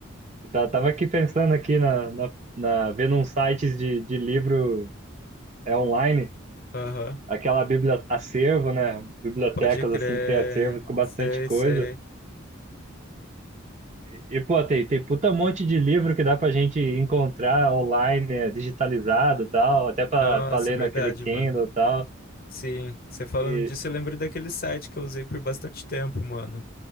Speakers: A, on the right (about 35°); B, on the left (about 45°).
A: e ta- tava aqui pensando aqui na, na, na- vendo uns sites de, de livro é, online,
B: Aham.
A: aquela biblia, acervo, né? Bibliotecas
B: Pode crer.
A: assim que tem acervos com bastante
B: Sei,
A: coisa.
B: sei.
A: E, e, pô, tem, tem puta monte de livro que dá pra gente encontrar online, é, digitalizado e tal, até pra,
B: Nossa,
A: pra ler
B: verdade,
A: naquele Kindle
B: mano.
A: e tal.
B: Sim, você falando
A: E,
B: disso, eu lembrei daquele site que eu usei por bastante tempo, mano.